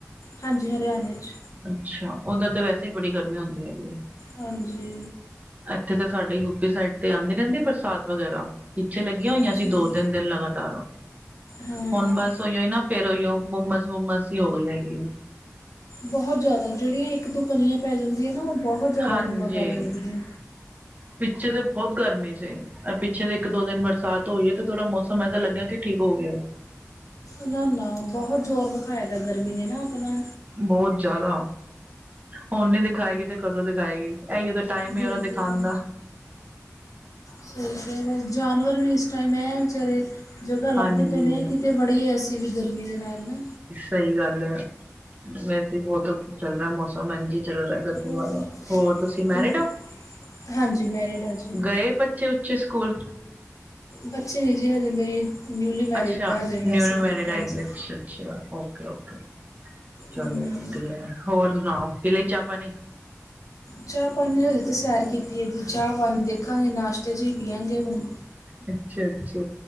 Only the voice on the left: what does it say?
ਹਾਂਜੀ ਹਰਿਆਣੇ ਚ।
ਹਾਂਜੀ।
ਅੱਛਾ
ਜੀ
ਹਾਂ
ਬੋਹਤ ਜੈਦਾ ਜੇੜੀਆਂ ਇੱਕ ਦੋ ਕਣੀਆਂ ਪੈ ਜਾਂਦੀਆਂ ਨਾ ਓ ਬੋਹਤ ਜੈਦਾ
ਗੁੰਮਾ ਕਰ ਜਾਂਦੀਆਂ।
ਨਾ-ਨਾ ਬੋਹਤ ਜ਼ੋਰ ਵਿਖਾਇਆ ਦਾ ਗਰਮੀ ਨੇ ਨਾ ਅਪਣਾ।
ਬਿਲਕੁਲ
ਸਈ ਕੈ ਰੇ ਜਾਨਵਰ ਵੀ ਇਸ ਟਾਈਮ ਐ ਵਿਚਾਰੇ ਜਗ੍ਹਾ ਲੱਬਦੇ
ਪਏ ਨੇ ਕਿਤੇ ਵੜੀਏ ਅਸੀ ਵੀ ਗਰਮੀ ਦੇ ਨਾਲ ਨਾ।
ਉਹ
ਤੇ-
ਹਾਂਜੀ ਮੈਰਿਡ ਆ ਜੀ।
ਬੱਚੇ ਨੇ ਜੀ ਹਜੇ ਮੇਰੀ ਨਿਊਲੀ ਮੈਰਿਡ
ਐ ਹਜੇ ਵੈਸੇ
ਹਾਂਜੀ।
ਹਮ,
ਚਾਂ-ਪਾਨੀ ਨੇ ਹਜੇ ਤੇ ਸੈਰ ਕੀਤੀ ਐ ਤੇ ਚਾਂ-ਪਾਣੀ ਦੇਖਾਂਗੇ ਨਾਸ਼ਤੇ ਚ ਪੀਆਂਗੇ ਹੁਨ।